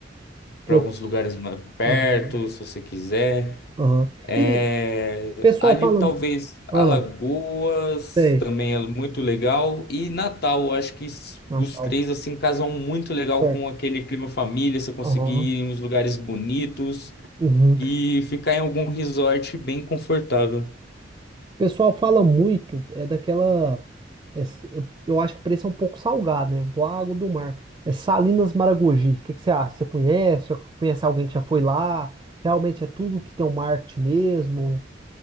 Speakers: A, on the right; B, on the left.
A: pro-
B: para alguns lugares mais perto,
A: Aham,
B: se você quiser.
A: aham.
B: É,
A: E o pessoal
B: ali
A: fala.
B: talvez
A: Ah,
B: Alagoas
A: sei,
B: também é muito legal e Natal, acho que s-
A: Natal,
B: os três assim casam muito legal
A: certo.
B: com aquele clima família, você conseguir
A: Aham,
B: ir em uns lugares bonitos
A: uhum.
B: e ficar em algum resort bem confortável.
A: O pessoal fala muito, é daquela. é s- eu, eu acho que o preço é um pouco salgado, né? Igual a água do mar. É Salinas Maragogi. O que que você acha? Você conhece? Já Conhece alguém que já foi lá? Realmente é tudo que tem um marketing mesmo?